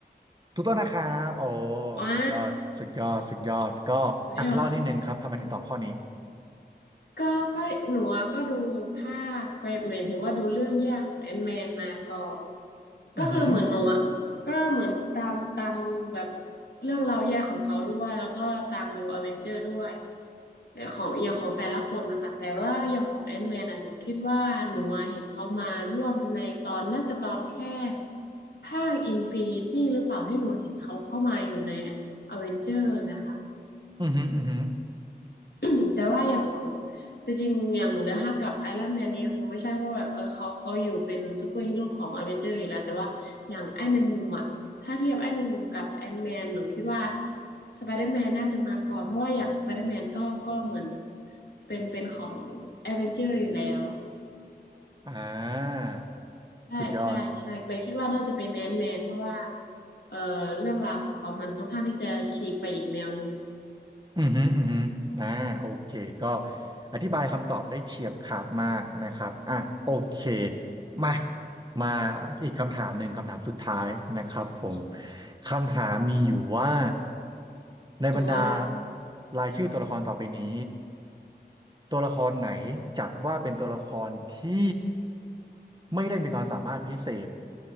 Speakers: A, on the right; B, on the left.
A: ถูกต้องนะครับโอ้
B: ว้า
A: สุดยอดสุดยอดสุดยอดก็อ่ะเล่านิดนึงครับทำไมถึงตอบข้อนี้
B: สุดยอด ก็ก็หนูอะก็ดูภาคไปหมายถึงว่าดูเรื่องแยกของแอนแมนมาก่อนก็คือเหมือนหนูอะก็เหมือนตามตามดูแบบ
A: อือหือ
B: เรื่องราวแยกของเขาด้วยแล้วก็ตามดูอเวนเจอร์ด้วยแต่ของอย่างของแต่ละคนนะคะแต่ว่าอย่างของแอนแมนอะหนูคิดว่าหนูอะเห็นเขามาร่วมในตอนน่าจะตอนแค่ภาคอินฟินิตี้หรือเปล่าที่หนูเห็นเขาเข้ามาอยู่ในอเวนเจอร์นะคะ
A: อือหืออือหือ
B: <coughs> <clears throat> แต่ว่าอย่างของจริงๆอย่างเดอะฮักกับไอรอนแมนเนี่ยคงไม่ใช่เพราะแบบเออเขาเขาอยู่เป็นซูเปอร์ฮีโร่ของอเวนเจอร์อยู่แล้วแต่ว่าอย่างไอ้แมงมุมอ่ะถ้าเทียบไอ้แมงมุมกับแอนแมนหนูคิดว่าสไปเดอร์แมนน่าจะมาก่อนเพราะว่าอย่างสไปเดอร์แมนก็ก็เหมือนเป็นเป็นของอเวนเจอร์อยู่แล้ว
A: อ่า
B: ใช่ใช่ใช่เลยคิดว่าน่าจะเป็นแอนแมนเพราะว่า
A: สุดยอด
B: เออเรื่องราวของเขามันค่อนข้างที่จะฉีกไปอีกแนวหนึ่ง
A: อือฮึอือฮึอ่าโอเคก็อธิบายคำตอบได้เฉียบขาดมากนะครับอ่ะโอเคมามาอีกคำถามหนึ่งคำถามสุดท้ายนะครับผมคำถามมีอยู่ว่าในบรรดา
B: หนูว่า
A: รายชื่อตัวละครต่อไปนี้ตัวละครไหนจัดว่าเป็นตัวละครที่ไม่ได้มีความสามารถพิเศษ